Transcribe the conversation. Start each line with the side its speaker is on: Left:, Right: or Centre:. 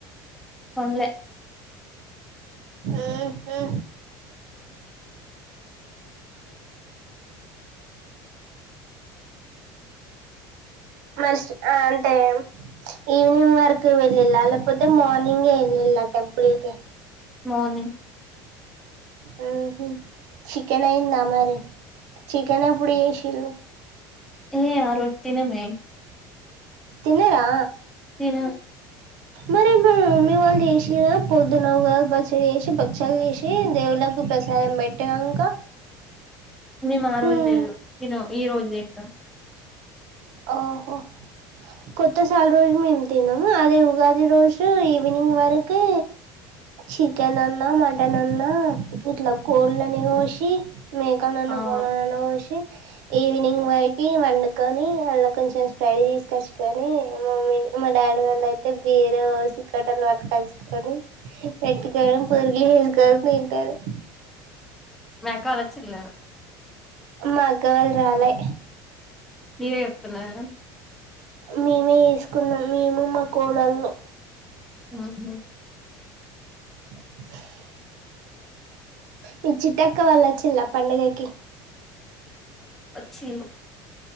Centre: కొండ్లే
Right: ఆహా మ అంటే ఈవినింగ్ వరకు వెళ్లిల్ల లేకపోతే మార్నింగ్ ఏ వెళ్లిల్లా టెంపుల్ కి
Centre: మార్నింగ్
Right: అహా చికెన్ అయ్యిందా మరి చికెన్ ఎప్పుడు చేసిం
Centre: ఏ ఆరోజు తినమే
Right: తిన్నరా
Centre: తిన్న
Right: మరి మీ వాళ్ళు చేసిండ్లే పొద్దున ఉగాది పచ్చడి చేసి భక్షాలు చేసి దేవుళ్ళలకు ప్రసాదం పెట్టినంక
Centre: మేము ఆరోజు
Right: హ్మ్
Centre: తినం ఈరోజు తింటాం
Right: ఓహో కొత్తసాల రోజు మేము తినము అదే ఉగాది రోజు ఈవినింగ్ వరకు చికెన్ అన్నా మటన్ అన్నా ఇట్లా కోళ్లు నీ కోసి మేకాలన్న
Centre: అవును
Right: కోళ్లను అన్న కోసి ఈవినింగ్ వరకి వండుకొని మల్ల కొంచెం స్ప్రైట్ తీసికచ్చుకొని మమ్మీ మా డాడీ వాళ్లు అయితే బీరు పోసుకొని పోసుకొని పెట్టు కోని <inaudible>
Centre: నాకు అలా వచ్చింది ఏమో
Right: మా కాల్ రాలే
Centre: మీరే చెప్తున్నారా
Right: మేమే వేసుకున్నాం మేము మా కోడళ్ళు
Centre: అవున
Right: <unintelligible> మీ చిుట్టక్క వాళ్లు వచ్చిందా పండుగకి
Centre: వచ్చి